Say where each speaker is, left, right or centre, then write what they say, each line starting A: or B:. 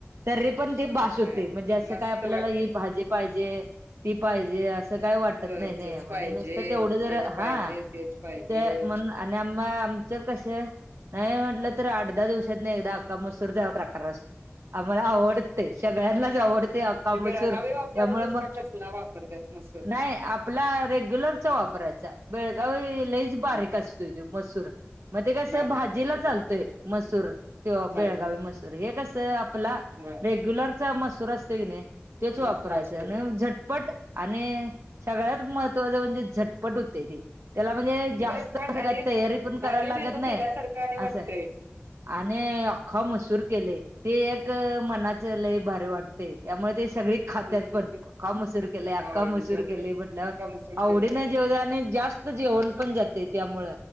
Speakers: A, on the right; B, on the right.
A: तरी पण ते बास
B: होय
A: होतय म्हणजे असं
B: मस्त
A: काय आपल्याला
B: वाटतंय
A: ही भाजी पाहिजे ती पाहिजे असं असं काय वाटत
B: लोणचंच
A: नाय ने म्हणजे
B: पाहिजे
A: नुसतं तेवढं जर
B: तेच पाहिजे
A: हा
B: तेच पाहिजे
A: ते म्हण आणि आम् आमच्यात कसं नाही म्हटलं तर आठ दहा दिवसात नाही एकदा अख्खा मसूर चा प्रकार असतो आम्हाला आवडतय सगळ्यांनाच आवडतय अख्खा
B: ते
A: मसूर
B: बेळगावी
A: त्यामुळ
B: वापरतेस
A: म
B: का कसला वापरतेस मसूर
A: नाही आपला रेग्युलरचा वापरायचा बेळगावी लयच बारीक
B: हा
A: असतूय तो मसूर मग ते कसं
B: बारीक
A: भाजीला
B: असते होय
A: चालतोय मसूर ते
B: चालतंय
A: बेळगावी मसूर, हे कस आपला
B: होय
A: रेग्युलर- चा मसूर असतोय की नाही, त्योच वापरायच
B: मोठा असतो
A: नाय झटपट- आणि सगळ्यात महत्वाचं म्हणजे झटपट होतय ते. त्याला म्हणजे, जास्त
B: झटपट
A: अस
B: आणि
A: काय तयारी पण- करायला
B: भारी मेनू
A: लागत नाही
B: केल्यासारखा आणि वाटतय.
A: असं आणि- आख्खा मसूर केलेय, ते एक मनाच लय भारी वाटतय, त्यामुळे ते सगळी खात्यात
B: तेच
A: पण.
B: की
A: आख्खा मसूर केलाय, आख्खा
B: आवडीने
A: मसूर
B: जेवतात
A: केलय, म्हटल्यावर
B: कमसूर
A: आवडीन
B: केलंय
A: जेव आणि जास्त- जेवण पण जातय, त्यामुळ